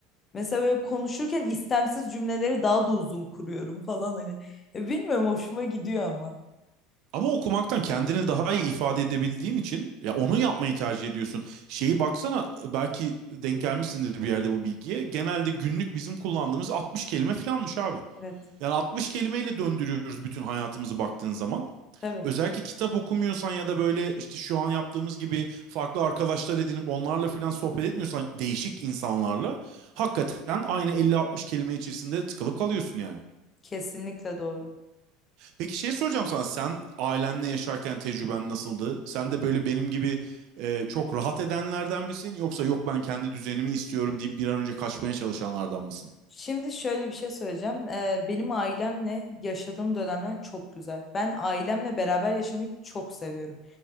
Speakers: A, on the left (about 30°); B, on the right (about 60°).
A: Mesela böyle konuşurken istemsiz cümleleri daha da uzun kuruyorum falan hani. E, bilmiyorum hoşuma gidiyor ama.
B: Ama okumaktan kendini daha iyi ifade edebildiğin için ya onu yapmayı tercih ediyorsun. Şeyi baksana belki denk gelmişsindir bir yerde bu bilgiye. Genelde günlük bizim kullandığımız 60 kelime falanmış abi.
A: Evet,
B: Yani 60 kelimeyle döndürüyoruz bütün hayatımızı baktığın zaman.
A: tabii.
B: Özellikle kitap okumuyorsan ya da böyle işte şu an yaptığımız gibi farklı arkadaşlar edinip onlarla filan sohbet etmiyorsan değişik insanlarla hakikaten aynı 50-60 kelime içerisinde tıkılıp kalıyorsun yani.
A: Kesinlikle doğru.
B: Peki şey soracağım sana sen ailenle yaşarken tecrüben nasıldı? Sen de böyle benim gibi e, çok rahat edenlerden misin yoksa yok ben kendi düzenimi istiyorum deyip bir an önce kaçmaya çalışanlardan mısın?
A: Şimdi şöyle bir şey söyleyeceğim. Ee, benim ailemle yaşadığım dönemler çok güzel. Ben ailemle beraber yaşamayı çok seviyorum.